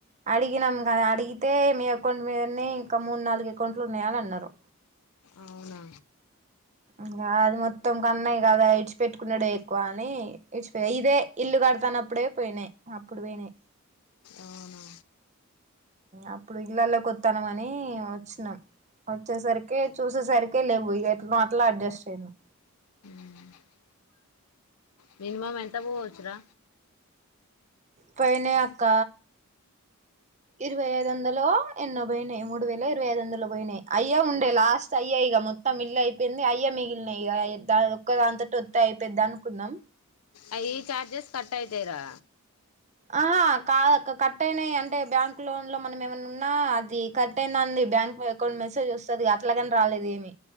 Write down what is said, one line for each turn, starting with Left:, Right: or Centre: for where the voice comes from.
Right: అడిగినాం అడిగితే మీ అకౌంట్ మీదనే ఇంకా మూడు నాలుగు అకౌంట్లు ఉన్నాయని అన్నారు
Left: అవునా
Right: ఇంకా అది మొత్తం కన్నాయి కదా ఇడిచిపెట్టుకున్నాడు ఎక్కువ అని ఇడిచిపో ఇదే ఇల్లు కడత సన్న అప్పుడే పోయినాయి అప్పుడు పోయినాయి
Left: అవునా
Right: అప్పుడు ఇళ్లల్లోకి వత్తన్నమని వచ్చినాం వచ్చేసరికి చూసేసరికే లెవ్వు ఇక ఎటునో అట్లా అడ్జస్ట్ అయ్యినం
Left: హ్మ్ మినిమమ్ ఎంత పోవచ్చురా
Right: పోయినాయి అక్క ఇరవై ఐదు వందలో ఎన్నో పోయినాయి మూడు వేల ఇరవై ఐదు వందలు పోయినాయి అయ్యే ఉండే లాస్ట్ అయ్యే ఇక మొత్తం ఇళ్లయిపోయింది అయ్యే మిగిలినయి ఇగ ఒక్క దానితోటి వత్తయి పెద్ద అనుకున్నాం
Left: అయ్యే చార్జెస్ కట్ అయితాయిరా
Right: ఆహ కాదక్క కట్ అయినాయి అంటే బ్యాంక్ లోన్ లో మనం ఏమైన ఉన్నా అది కట్ అయినాంది బ్యాంక్ అకౌంట్ మెసేజ్ వస్తుంది అట్లాగని రాలేద్ ఏమి